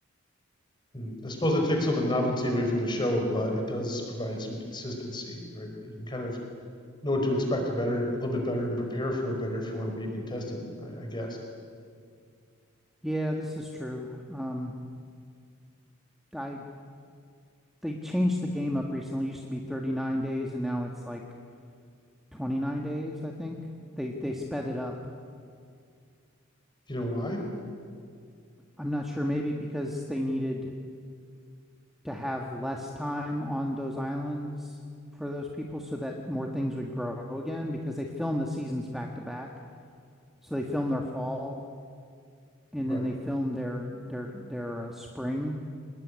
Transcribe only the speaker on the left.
hmm I suppose it takes all the novelty away from the show, but it does provide some consistency, right? You can kind of know what to expect a better, a little bit better, and prepare for it better if you want to be a contestant. I, I guess.
you know why?
Right.